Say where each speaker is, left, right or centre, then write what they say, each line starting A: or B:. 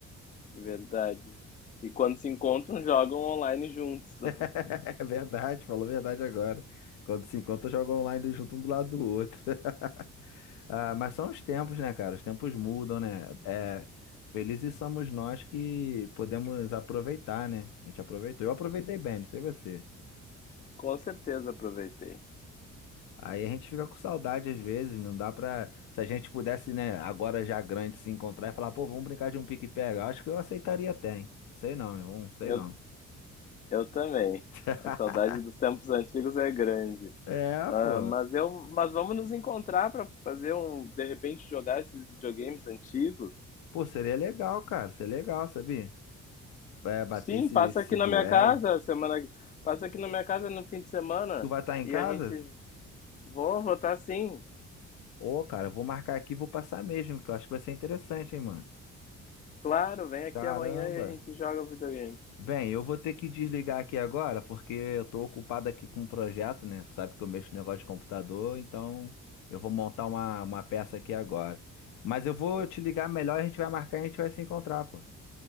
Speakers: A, on the left; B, on the left.
A: verdade. E quando se encontram, jogam online juntos. <laughs>
B: <laughs> É verdade, falou a verdade agora. Quando se encontra, joga online junto um do lado do outro. <laughs> Ah, mas são os tempos, né, cara? Os tempos mudam, né? É, felizes somos nós que podemos aproveitar, né? A gente aproveitou. Eu aproveitei bem, não sei você.
A: Com certeza aproveitei.
B: Aí a gente fica com saudade às vezes, não dá pra. Se a gente pudesse, né, agora já grande, se encontrar e falar, pô, vamos brincar de um pique-pega. Acho que eu aceitaria até, hein? Sei não, irmão, sei
A: Eu,
B: não.
A: eu também.
B: <laughs>
A: A saudade dos tempos antigos é grande.
B: É,
A: Ah,
B: pô.
A: mas eu, mas vamos nos encontrar para fazer um, de repente jogar esses videogames antigos.
B: Pô, seria legal, cara. Seria legal, sabia? Vai bater
A: Sim,
B: esse,
A: passa
B: esse
A: aqui na
B: duelo.
A: minha casa semana, passa aqui na minha casa no fim de semana
B: Tu vai estar em
A: e
B: casa?
A: a gente vou votar sim.
B: Ô, cara, eu vou marcar aqui e vou passar mesmo, que eu acho que vai ser interessante, hein, mano.
A: Claro, vem aqui
B: Caramba.
A: amanhã e a gente joga videogame.
B: Bem, eu vou ter que desligar aqui agora, porque eu tô ocupado aqui com um projeto, né? Sabe que eu mexo no negócio de computador, então eu vou montar uma, uma peça aqui agora. Mas eu vou te ligar melhor, a gente vai marcar e a gente vai se encontrar, pô.